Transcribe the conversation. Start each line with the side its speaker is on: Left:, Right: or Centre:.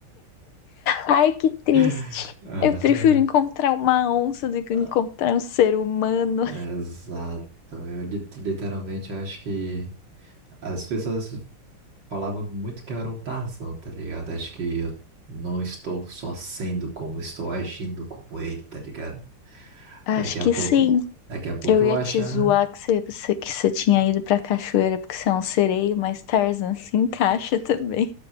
Left: Ai, que triste.
Right: <laughs> Aham.
Left: Eu prefiro encontrar uma onça do que
Right: Ah,
Left: encontrar um ser humano.
Right: Exato. Eu li- literalmente acho que as pessoas falavam muito que eu era um Tarzan, tá ligado? Acho que eu não estou só sendo como estou agindo como ele, tá ligado?
Left: Acho
Right: Daqui a
Left: que
Right: pouco,
Left: sim.
Right: daqui a pouco
Left: Eu
Right: eu
Left: ia
Right: vou achar.
Left: te zoar que você, você- que você tinha ido pra cachoeira porque você é um sereio, mas Tarzan se encaixa também.